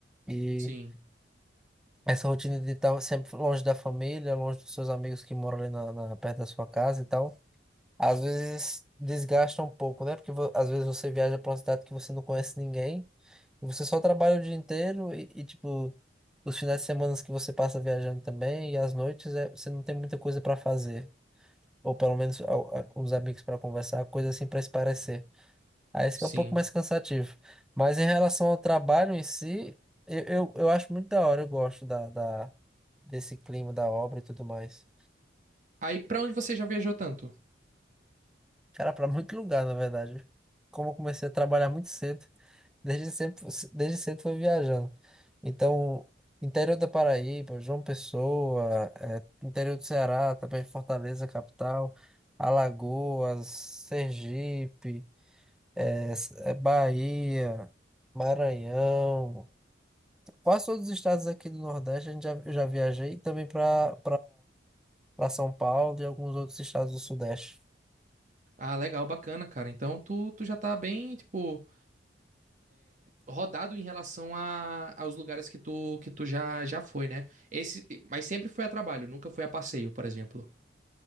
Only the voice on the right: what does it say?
Sim,
sim.
Aí, pra onde você já viajou tanto?
Ah, legal, bacana, cara. Então, tu, tu já tá bem, tipo rodado em relação a, aos lugares que tu, que tu já, já foi, né? Esse, mas sempre foi a trabalho, nunca foi a passeio, por exemplo.